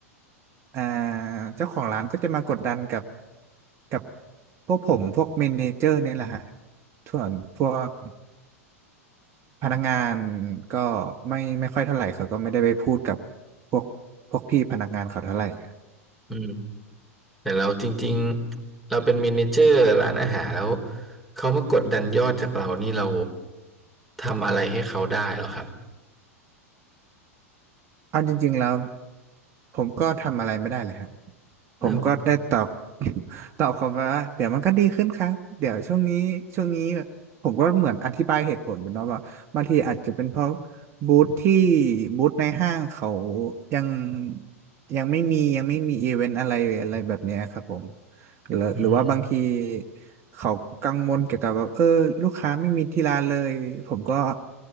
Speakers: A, on the right (about 35°); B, in the centre.
A: อ่าเจ้าของร้านก็จะมากดดันกับกับพวกผมพวกเมเนเจอร์เนี่ยแหละฮะ ส่วนพวกพนักงานก็ไม่ไม่ค่อยเท่าไหร่เขาก็ไม่ได้ไปพูดกับพวกพวกพี่พนักงานเขาเท่าไหร่ครับ
B: อืมแต่เราจริงๆเราเป็นเมเนเจอร์ร้านอาหารแล้วเขามากดดันยอดจากเรานี่เราทำอะไรให้เขาได้หรอครับ
A: เอาจริงๆแล้ว ผมก็ทำอะไรไม่ได้เลยฮะผมก็ได้ตอบ
B: อืม
A: <laughs> ตอบเขาไปว่าเดี๋ยวมันก็ดีขึ้นครับ เดี๋ยวช่วงนี้ช่วงนี้ผมก็เหมือนอธิบายเหตุผลไปเนาะว่าบางทีอาจจะเป็นเพราะบูธที่บูธในห้างเขายังยังไม่มียังไม่มีอีเวนต์อะไรอะไรแบบเนี้ยครับผม หรือหรือว่าบางที
B: อืม
A: เขากังวลเกี่ยวกับว่าเออลูกค้าไม่มีที่ร้านเลยผมก็